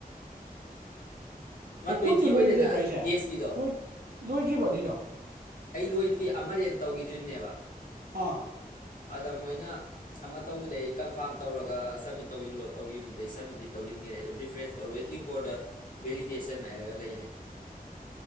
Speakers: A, on the right; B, on the left.
A: <unintelligible>
B: ꯑꯃ ꯇ꯭ꯋꯦꯟꯇꯤ ꯑꯣꯏꯗꯅ ꯇꯦꯁꯀꯤꯗꯣ
A: ꯂꯣꯏꯒꯤꯕꯒꯤꯔꯣ
B: ꯑꯩ ꯂꯣꯏꯗ꯭ꯗꯤ ꯑꯃꯔꯦꯟ ꯇꯧꯒꯤꯗ꯭ꯔꯤꯝꯅꯦꯕ
A: ꯍꯥꯥ
B: ꯑꯗ ꯃꯣꯏꯅ ꯑꯃ ꯇꯧꯕꯗꯩ ꯀꯟꯐꯥꯝ ꯇꯧꯔꯒ ꯁꯕꯃꯤꯠ ꯇꯧꯁꯤꯜꯂꯣ ꯇꯧꯈꯤꯕꯕꯗꯩ ꯁꯝꯃꯤꯠꯇꯤ ꯇꯧꯁꯤꯟꯈꯔꯦ ꯑꯗꯨꯗꯣ ꯔꯤꯐ꯭ꯔꯦꯁ ꯇꯧꯔ ꯋꯦꯇꯤꯡ ꯐꯣꯔ ꯗ ꯚꯦꯂꯤꯗꯦꯁꯟ ꯍꯥꯏꯔꯒ ꯂꯩꯔꯦ